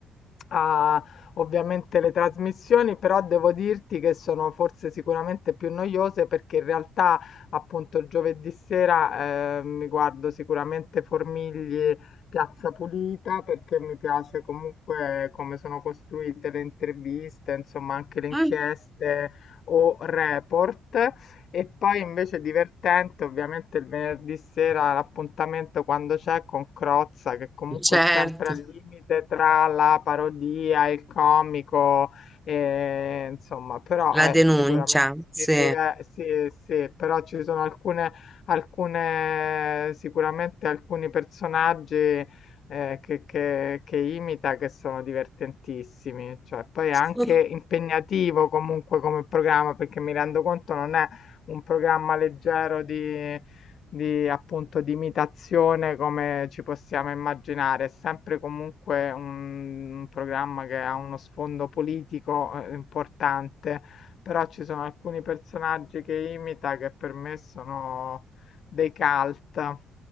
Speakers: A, on the left; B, in the centre.
A: ha ovviamente le trasmissioni, però devo dirti che sono forse sicuramente più noiose perché in realtà appunto giovedì sera eh, mi guardo sicuramente Formigli Piazza Pulita perché mi piace comunque come sono costruite le interviste, insomma anche le inchieste
B: Mm,
A: o report. E poi invece divertente, ovviamente il venerdì sera l'appuntamento quando c'è con Crozza, che comunque
B: Certo,
A: è sempre al limite tra la parodia, il comico, e, insomma, però
B: la
A: è
B: denuncia,
A: sicuramente
B: sì.
A: si diver- sì, sì, però ci sono alcune, alcune sicuramente alcuni personaggi eh, che, che- che imita che sono divertentissimi, cioè poi è anche
B: <laughs>
A: impegnativo comunque come programma perché mi rendo conto non è un programma leggero di, di appunto di imitazione come ci possiamo immaginare. È sempre comunque un, un programma che ha uno sfondo politico eh, importante, però ci sono alcuni personaggi che imita che per me sono dei cult.